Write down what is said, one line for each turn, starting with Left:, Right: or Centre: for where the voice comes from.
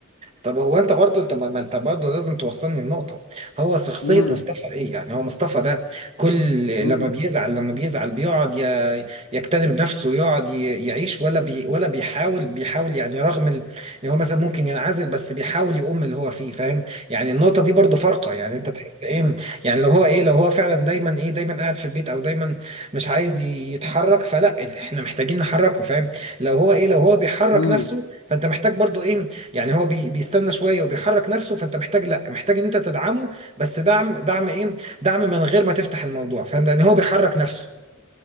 Right: طب هو انت برضه انت ما ما انت برضه لازم توصلني النقطة هو شخصية
Left: امم
Right: مصطفى ايه يعني هو مصطفى ده كل
Left: امم
Right: لما بيزعل لما بيزعل بيقعد ي- يكتنب نفسه يقعد ي- يعيش ولا بي ولا بيحاول بيحاول يعني رغم ال... ان هو مثلا ممكن ينعزل بس بيحاول يقوم اللي هو فيه فاهم يعني النقطة دي برضه فارقة يعني انت تحس ايه يعني لو هو ايه لو هو فعلا دايما ايه دايما قاعد في البيت او دايما مش عايز ي- يتحرك فلا احنا محتاجين نحركه فاهم لو هو ايه لو هو بيحرك
Left: امم
Right: نفسه فانت محتاج برضه ايه يعني هو بي بيستنى شويه وبيحرك نفسه فانت محتاج لا محتاج ان انت تدعمه بس دعم دعم ايه دعم من غير ما تفتح الموضوع فاهم لان هو بيحرك نفسه